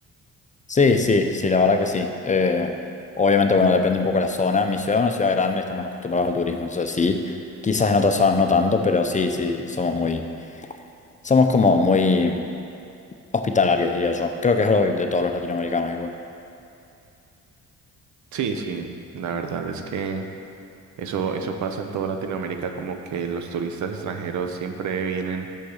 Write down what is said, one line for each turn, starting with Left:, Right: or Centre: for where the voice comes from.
Left: Sí, sí, sí, la verdad que sí. Eh, obviamente, bueno, depende un poco de la zona. Mi ciudad es una ciudad grande, estamos acostumbrados al turismo, entonces sí. Quizás en otras zonas no tanto, pero sí, sí, somos muy, somos como muy hospitalarios, diría yo. Creo que es algo de todos los latinoamericanos igual.
Right: Sí, sí, la verdad es que eso, eso pasa en toda Latinoamérica, como que los turistas extranjeros siempre vienen